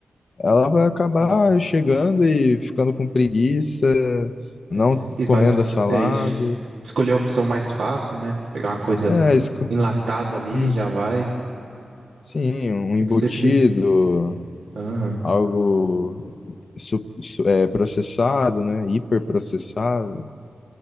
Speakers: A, on the left; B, on the right.
A: ela vai acabar
B: sim.
A: chegando e ficando com preguiça, não
B: É, e
A: comendo
B: vai, es-
A: a salada.
B: é isso. Escolher a opção mais fácil, né? Pegar uma coisa
A: É isso. que-
B: enlatada ali,
A: Hum.
B: já vai.
A: Sim, um embutido,
B: Tem que sempre. Aham,
A: algo su- su- é, processado, né? Hiperprocessado.